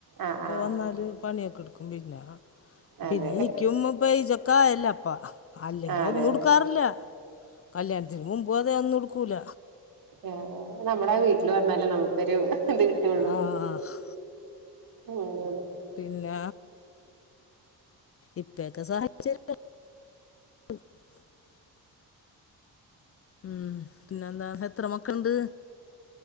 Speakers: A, on the right (about 60°); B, on the left (about 35°).
A: ആഹ്
B: ഇപ്പൊ
A: ആഹ്
B: വന്നാല് പണ്യെക്കെട്ക്കും പിന്നാ
A: അതെ
B: പിന്നെ നിക്ക്യും ഇപ്പെയ്ജൊക്കായല്ലപ്പ. അല്ലെങ്കി
A: ആഹ് അതെ
B: ഒന്നുട്ക്കാറില്ല കല്യാണത്തിന് മുമ്പും അതെ ഒന്നുട്ക്കൂല.
A: ആഹ് നമ്മടെ വീട്ടില് വന്നാലേ നമുക്കൊരു ഇത് കിട്ടൊള്ളൂ.
B: ആഹ്
A: അങ്ങനെ
B: പിന്നെ ഇപ്പെത്തെ സഹാച്ചര്യം <unintelligible> <unintelligible> ഉം പിന്നെന്താ എത്ര മക്കള്ണ്ട്?